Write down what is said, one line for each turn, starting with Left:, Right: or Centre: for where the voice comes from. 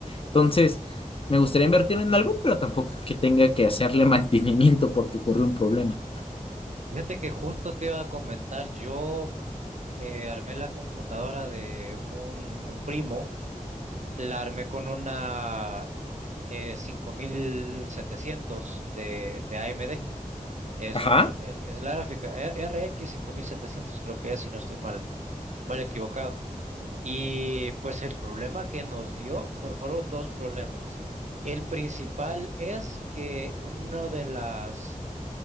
Left: Entonces, me gustaría invertir en algo, pero tampoco que tenga que hacerle <laughs> mantenimiento porque ocurrió un problema.
Right: Fíjate que justo te iba a comentar, yo eh, armé la computadora de un, un primo. La armé con una eh, 5700 de, de AMD. Es
Left: Ajá,
Right: una, es, es la gráfica eh, R X 5700 creo que es, si no estoy mal, mal equivocado. Y pues el problema que nos dio, pues fueron dos problemas. El principal es que una de las